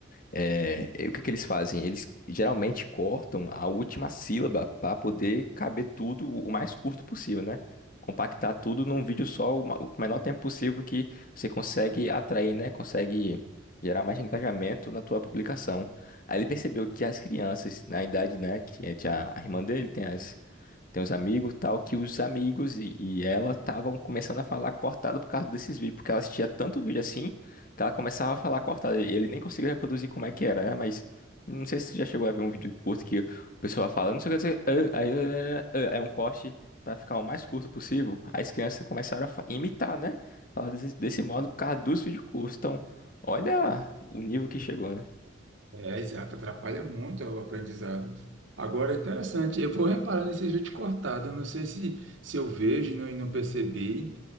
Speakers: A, on the left; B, on the right.
A: é, e o que que eles fazem? Eles geralmente cortam a última sílaba para poder caber tudo o mais curto possível, né? Compactar tudo num vídeo só o ma- o menor tempo possível que você consegue atrair, né? Consegue gerar mais engajamento na tua publicação. Aí ele percebeu que as crianças, na idade, né, que tinha a a irmã dele tem as tem os amigos tal, que os amigos e, e ela estavam começando a falar cortado por causa desses vídeos, porque ela assistia tanto vídeo assim, que ela começava a falar cortado. E ele nem conseguiu reproduzir como é que era, né? Mas não sei se você já chegou a ver um vídeo curto que o pessoal fala, não sei o que, não sei o que, ah, aí, ah, ah, é um corte para ficar o mais curto possível. Aí As crianças começaram a fa- imitar, né? Falar desse, desse modo por causa dos vídeos curtos. Então, olha o nível que chegou, né?
B: É, exato, atrapalha muito o aprendizado. Agora, interessante, eu vou reparar nesses vídeos cortados, eu não sei se, se eu vejo e não, e não percebi,